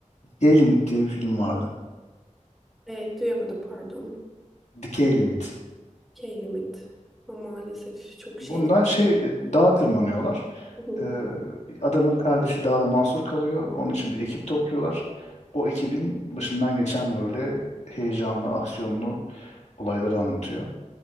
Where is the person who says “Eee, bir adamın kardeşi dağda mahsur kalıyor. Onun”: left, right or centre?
Left